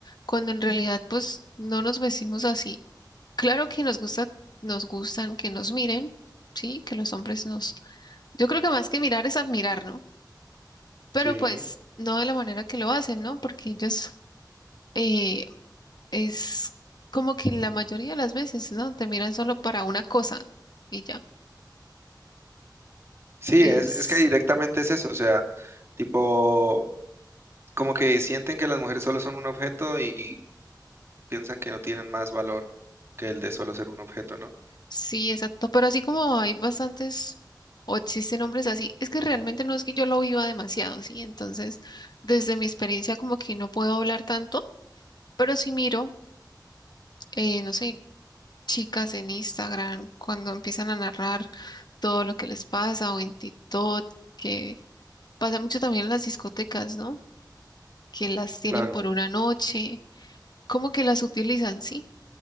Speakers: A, on the left; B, on the right.
A: Cuando en realidad, pues, no nos vestimos así. Claro que nos gusta, nos gustan que nos miren, sí, que los hombres nos. Yo creo que más que mirar es admirar, ¿no? Pero
B: Sí.
A: pues, no de la manera que lo hacen, ¿no? Porque ellos eh, es como que la mayoría de las veces, ¿no? Te miran solo para una cosa y ya.
B: Sí,
A: Es.
B: es, es que directamente es eso, o sea, tipo como que sienten que las mujeres solo son un objeto y piensan que no tienen más valor que el de solo ser un objeto, ¿no?
A: Sí, exacto, pero así como hay bastantes o existen hombres así, es que realmente no es que yo lo viva demasiado, ¿sí? Entonces, desde mi experiencia como que no puedo hablar tanto, pero sí miro, eh, no sé, chicas en Instagram cuando empiezan a narrar todo lo que les pasa o en TikTok, que pasa mucho también en las discotecas, ¿no? Que las tienen
B: Claro.
A: por una noche, como que las utilizan, ¿sí?